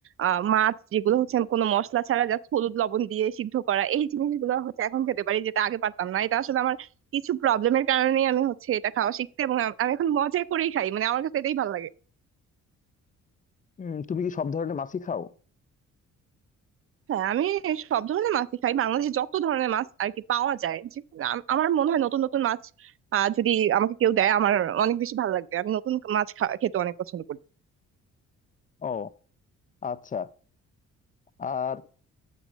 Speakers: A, on the right (about 45°); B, on the left (about 25°).
A: আহ, মাছ যেগুলো হচ্ছে আমি কোনো মশলা ছাড়া জাস্ট হলুদ লবণ দিয়ে সিদ্ধ করা এই জিনিসগুলো হচ্ছে এখন খেতে পারি যেটা আগে পারতাম না এটা আসলে আমার কিছু প্রবলেমের কারণেই আমি হচ্ছে এটা খাওয়া শিখতে এবং আম- আমি এখন মজা করেই খাই মানে আমার কাছে এটাই ভালো লাগে
B: উম, তুমি কি সব ধরনের মাছই খাও
A: হ্যাঁ আমি সব ধরনের মাছই খাই বাংলাদেশে যত ধরনের মাছ আর কি পাওয়া যায় যে আম- আমার মনে হয় নতুন নতুন মাছ আহ, যদি আমাকে কেউ দেয় আমার অনেক বেশি ভালো লাগবে আমি নতুন মাছ খা- খেতে অনেক পছন্দ করি
B: ও আচ্ছা আর